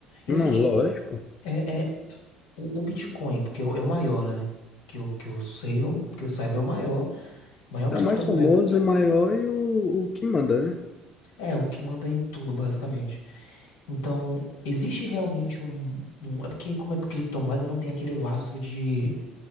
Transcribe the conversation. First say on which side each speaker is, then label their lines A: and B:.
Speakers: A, on the left; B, on the left.
A: E
B: Não,
A: assim,
B: lógico,
A: é, é o, o Bitcoin, porque é o é o maior, né? Que eu, que eu sei, é o- que eu saiba é o maior, maior
B: é
A: criptomoeda
B: o mais famoso,
A: que
B: o maior e o, o que manda, né?
A: É, o que manda em tudo, basicamente. Então, existe realmente um, um- É porque, como é criptomoeda, não tem aquele lastro de,